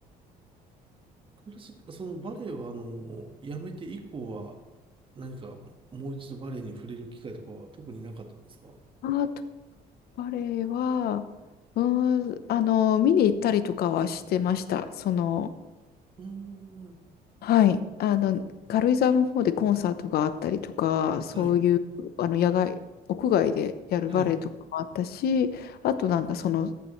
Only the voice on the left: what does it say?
アートバレエは、うーん、あの、見に行ったりとかはしてました。その、
はい。あの、軽井沢の方でコンサートがあったりとか、そういう、
あの、野外、屋外でやるバレエとかもあったし、
あとなんかその、